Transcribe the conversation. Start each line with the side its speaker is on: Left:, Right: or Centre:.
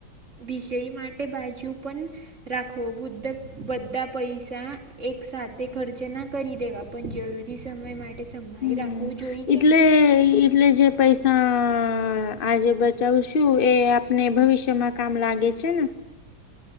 Right: વિષય માટે બાજુ પણ રાખવો બુધ્ધ બધ્ધા પૈસા એક સાથે ખર્ચેના કરી દેવા પણ જરૂરી સમય માટે સંભાળી
Left: હમ,
Right: રાખવું જોઈ છે
Left: એટલે
Right: ને
Left: એટલે જે પૈસા આજે બચાવશું એ આપને ભવિષ્યમાં કામ લાગે છે ને.